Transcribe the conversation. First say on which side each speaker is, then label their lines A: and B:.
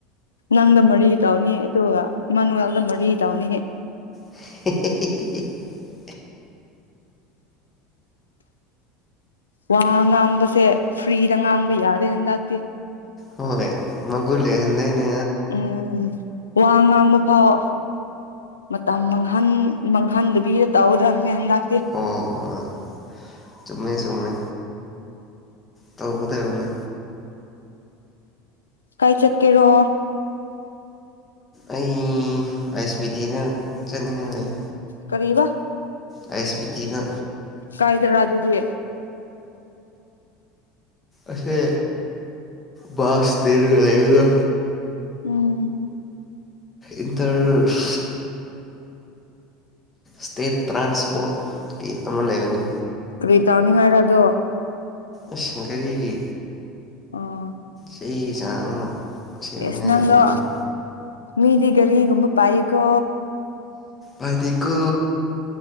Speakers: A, on the left; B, on the left.
A: ꯅꯪꯗ ꯃꯔꯤ ꯇꯧꯅꯤ ꯑꯗꯨꯒ ꯏꯃꯥꯅꯨꯋꯦꯜꯗ ꯃꯔꯤ ꯇꯧꯅꯤ
B: <inaudible>
A: ꯋꯥ ꯉꯥꯡꯕꯁꯦ ꯐ꯭ꯔꯤꯗ ꯉꯥꯡꯕ ꯌꯥꯗꯦ ꯍꯟꯗꯛꯇꯤ
B: ꯍꯣꯏ ꯃꯒꯨꯟ ꯂꯩꯍꯟꯗꯨꯏꯅꯦ
A: ꯎꯝ ꯋꯥ ꯉꯥꯡꯕ ꯐꯥꯎ ꯃꯇꯝ ꯃꯥꯡꯍꯟ ꯃꯥꯡꯍꯟꯗꯕꯤꯗ ꯇꯧꯗꯝꯅꯦ ꯍꯟꯗꯛ
B: ꯑꯣ ꯍꯣꯏ ꯆꯨꯝꯃꯦ ꯆꯨꯝꯃꯦ ꯇꯧꯒꯗꯕꯅꯤ
A: <inaudible> ꯀꯥꯏ ꯆꯠꯀꯦꯔꯣ
B: ꯑꯩ ꯑꯥꯏ ꯑꯦꯁ ꯕꯤ ꯇꯤꯗ ꯆꯠꯅꯤꯡꯉꯥꯏ ꯂꯩ
A: ꯀꯔꯤꯕ
B: ꯑꯥꯏ ꯑꯦꯁ ꯕꯤ ꯇꯤ ꯗ
A: ꯀꯥꯏꯗꯔꯥ ꯑꯗꯨꯗꯤ
B: ꯑꯁꯦ ꯕꯁ ꯁ꯭ꯇꯦꯟꯒ ꯂꯩꯕꯗꯣ
A: ꯎꯝ
B: ꯏꯇꯔ <inaudible> ꯁ꯭ꯇꯦꯠ ꯇ꯭ꯔꯥꯟꯁꯄꯣꯔꯠ ꯀꯤ ꯑꯃ ꯂꯩꯕꯗꯨ
A: ꯀ꯭ꯔꯤ ꯇꯧꯅꯤꯡꯉꯥꯏꯔ ꯑꯗꯣ
B: ꯑꯁ ꯒꯔꯤꯒꯤ
A: ꯑꯣ
B: ꯆꯦ ꯆꯥꯡ ꯑꯃ ꯁꯦꯝꯅꯤꯡꯉꯥꯏ
A: ꯑꯦꯁ ꯅꯪꯂꯣ
B: ꯂꯩꯕ ꯑꯗꯨꯝ
A: ꯃꯤꯗꯤ ꯒꯔꯤꯒꯨꯝꯕ ꯄꯥꯏꯌꯦꯀꯣ
B: ꯥꯄꯥꯏꯗꯦꯀꯣ